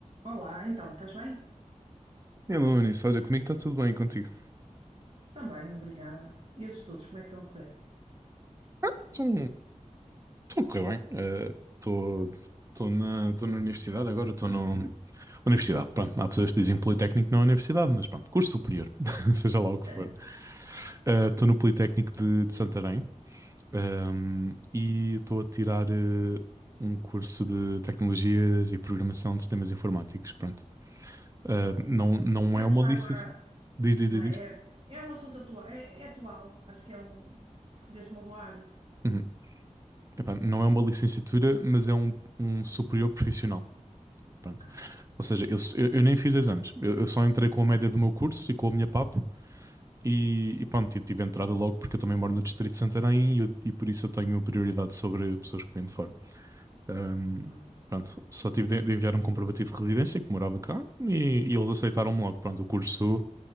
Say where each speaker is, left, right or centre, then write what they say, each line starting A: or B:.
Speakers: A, on the right; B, on the right.
A: Olá, então, estás bem?
B: Hello, Anísio. Olha, comigo está tudo bem contigo.
A: Também, obrigada. E os estudos, como é que estão a correr?
B: Estou estou a correr bem. Eh, Estou estou na, estou na universidade agora, estou na universidade. Pronto, há pessoas que dizem Politécnico não é universidade, mas pronto, curso superior, <laughs> seja lá o que
A: É,
B: for. Eh, Estou no Politécnico de, de Santarém, ehm, e estou a tirar eh, um curso de Tecnologias e Programação de Sistemas Informáticos. Pronto. Eh,
A: Boa.
B: não, não
A: É
B: é
A: o
B: uma
A: que está
B: licença.
A: agora,
B: Diz, diz,
A: não
B: diz,
A: é?
B: diz.
A: É, é um assunto atual, é, é atual, acho que é um... Escolheste uma boa área.
B: Uhum. Epá, não é uma licenciatura, mas é um, um superior profissional. Pronto.
A: Ok.
B: Ou
A: É.
B: seja, eu, eu, eu nem fiz exames. Eu, eu só entrei com a média do meu curso e com a minha PAP e, e pronto, eu tive entrada logo porque eu também moro no Distrito de Santarém e, eu- e por isso eu tenho prioridade sobre pessoas que vêm de fora. Ahm,
A: Ah, ok.
B: pronto, só tive de, de enviar um comprovativo de residência que morava cá e, e eles aceitaram-me logo. Pronto, o curso